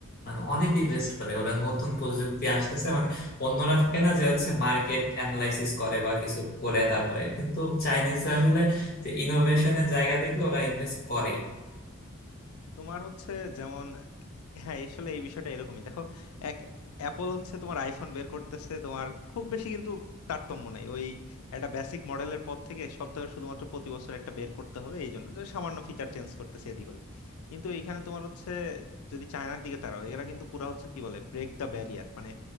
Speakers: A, on the left (about 45°); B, on the left (about 80°).
A: মানে অনেক ইনভেস্ট করে ওরা নতুন প্রযুক্তি আসতেছে মানে অন্যরা থাকে না যে হচ্ছে মার্কেট অ্যানালাইসিস করে বা কিছু করে তারপরে কিন্তু চাইনিজরা আসলে যে ইনোভেশনের জায়গা দেখলে ওরা ইনভেস্ট করে
B: তোমার হচ্ছে যেমন হ্যাঁ আসলে এই বিষয়টা এরকমই দেখো এক অ্যাপল হচ্ছে তোমার আইফোন বের করতেছে তোমার খুব বেশি কিন্তু তারতম্য নাই ওই একটা বেসিক মডেলের পর থেকে সব ধরো শুধুমাত্র প্রতি বছর একটা বের করতে হবে এই জন্য যে সামান্য ফিচার চেঞ্জ করতেছে এদিক ওদিক কিন্তু এখানে তোমার হচ্ছে যদি চায়নার দিকে তাকাও এরা কিন্তু পুরা হচ্ছে কি বলে ব্রেক দ্য ব্যারিয়ার মানে